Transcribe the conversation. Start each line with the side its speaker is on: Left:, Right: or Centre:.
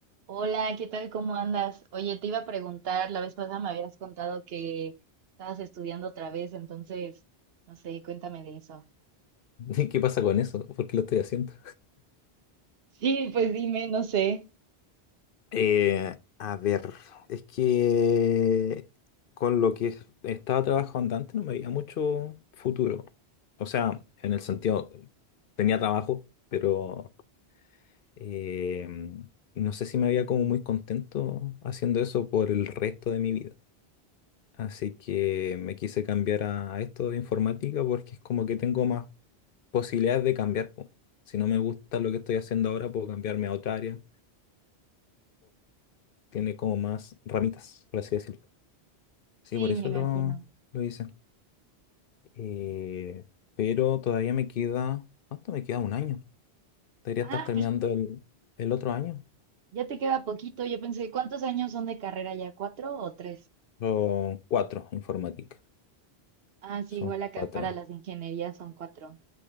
Right: Hola, ¿qué tal? ¿Cómo andas? Oye, te iba a preguntar, la vez pasada me habías contado que estabas estudiando otra vez, entonces, no sé, cuéntame de eso.
Left: <laughs> ¿Qué pasa con eso? ¿Por qué lo estoy haciendo?
Right: Sí, pues dime, no sé.
Left: Eh, a ver, es que con lo que estaba trabajando antes no me veía mucho futuro. O sea, en el sentido, tenía trabajo, pero eh, no sé si me veía como muy contento haciendo eso por el resto de mi vida. Así que me quise cambiar a, a esto de informática porque es como que tengo más posibilidades de cambiar. po. Si no me gusta lo que estoy haciendo ahora, puedo cambiarme a otra área tiene como más ramitas, por así decirlo. Sí,
Right: Sí,
Left: por eso
Right: me imagino.
Left: lo, lo hice. Eh, pero todavía me queda, ¿cuánto me queda? Un año. Debería
Right: Ah,
Left: estar terminando
Right: pues
Left: el, el otro año.
Right: ya te queda poquito. Yo pensé, ¿cuántos años son de carrera ya? ¿Cuatro o tres?
Left: Son cuatro informática.
Right: Ah, sí,
Left: Son
Right: igual acá
Left: cuatro.
Right: para las ingenierías son cuatro.